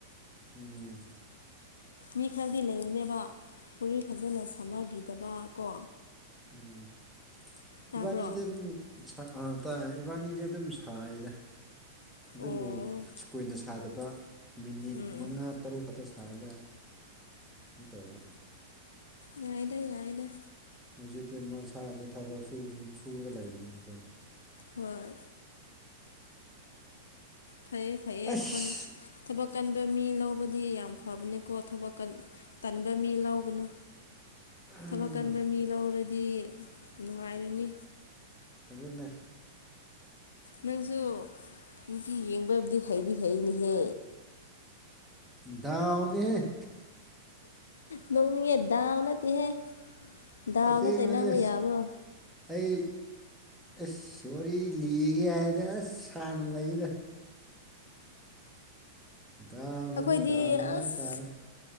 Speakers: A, in the centre; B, on the left.
A: ꯎꯝ꯫
B: ꯃꯤ ꯈꯔꯗꯤ ꯂꯩꯕꯅꯦꯕ ꯋꯥꯔꯤ ꯐꯖꯅ ꯁꯥꯟꯅꯕꯤꯗꯕꯥ ꯀꯣ꯫
A: ꯎꯝ
B: ꯇꯥꯕ꯭ꯔꯣ
A: ꯏꯕꯥꯅꯤꯗꯤ ꯑꯗꯨꯝ ꯁꯥ ꯑ ꯇꯥꯏ ꯏꯕꯥꯅꯤꯗꯤ ꯑꯗꯨꯝ ꯁꯥꯏꯗ꯫ ꯑꯗꯨꯕꯨ
B: ꯑꯣ ꯎꯝ
A: ꯀꯨꯏꯅ ꯁꯥꯗꯕ ꯃꯤꯅꯤꯠ
B: ꯎꯝ
A: ꯃꯉꯥ ꯇꯔꯨꯛ ꯈꯛꯇ ꯁꯥ ꯁꯥꯔꯒ ꯀꯩꯅꯣ ꯇꯧꯕ
B: ꯌꯥꯥꯏꯗ-ꯌꯥꯏꯗ꯫
A: ꯍꯧꯖꯤꯛꯇꯤ ꯃꯁꯥꯥꯁꯦ ꯊꯕꯛ ꯁꯨꯕ ꯁꯨꯔꯒ ꯂꯩꯕꯅꯤꯅꯀꯣ꯫
B: ꯍꯣꯏ꯫ ꯐꯩꯌꯦ-ꯐꯩꯌꯦ
A: ꯑꯁ
B: ꯍꯨꯟ ꯊꯕꯛ ꯀꯟꯕ ꯃꯤ ꯂꯧꯕꯗꯤ ꯌꯥꯝ ꯐꯕꯅꯤꯀꯣ ꯊꯕꯛ ꯀꯟ ꯇꯟꯕ ꯃꯤ ꯂꯧꯒꯅꯨ꯫
A: ꯎꯝ,
B: ꯊꯕꯛ ꯀꯟꯕ ꯃꯤ ꯂꯧꯔꯗꯤ ꯅꯨꯡꯉꯥꯏꯔꯅꯤ꯫
A: ꯑꯗꯨꯅꯦ꯫
B: ꯅꯪꯁꯨ ꯅꯨꯄꯤ ꯌꯦꯡꯕꯕꯨꯗꯤ ꯍꯩꯗꯤ ꯍꯩꯅꯦꯍꯦ꯫
A: ꯗꯥꯎꯅꯤꯍꯦ꯫
B: ꯅꯣꯛꯅꯤꯉꯦ ꯗꯥꯎ ꯅꯠꯇꯦꯍꯦ꯫ ꯗꯥꯎꯗ
A: ꯑꯁꯦꯡꯕꯅꯦ
B: ꯇꯩꯅꯥꯕ ꯌꯥꯕ꯭ꯔꯣ꯫
A: ꯑꯩ ꯑꯦꯁ ꯋꯥꯔꯤ ꯂꯤꯒꯦ ꯍꯥꯏꯗꯤ ꯑꯁ ꯁꯥꯟꯅ ꯂꯩꯗ꯫ ꯗꯥꯎꯅꯅꯤ
B: ꯑꯩꯈꯣꯏꯗꯤ
A: ꯗꯥꯟꯅ
B: ꯑꯁ
A: ꯍꯥꯏ ꯇꯥꯔꯦ꯫